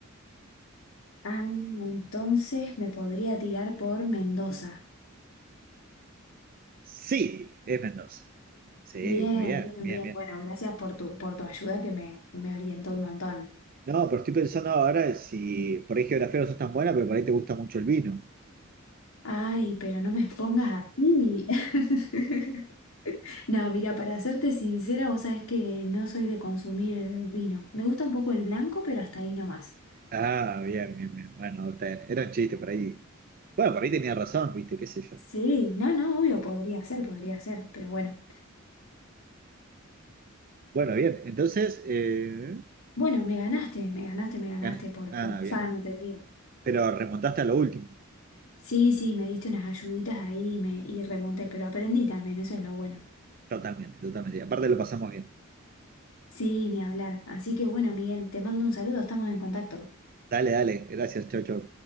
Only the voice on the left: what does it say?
ah, entonces me podría tirar por Mendoza.
Bien,
bien,
bien.
Bueno, gracias por tu, por tu ayuda que me, me orientó un montón.
Ay, pero no me expongas así. <laughs> No, mira, para serte sincera, vos sabés que no soy de consumir vino. Me gusta un poco el blanco, pero hasta ahí nomás.
Sí, no, no, obvio, podría ser, podría ser, pero bueno.
Bueno, me ganaste, me ganaste, me ganaste
por,
por afano,
te digo.
Sí, sí, me diste unas ayuditas ahí y, me, y remonté, pero aprendí también, eso es lo bueno.
Sí, ni hablar. Así que bueno, Miguel, te mando un saludo, estamos en contacto.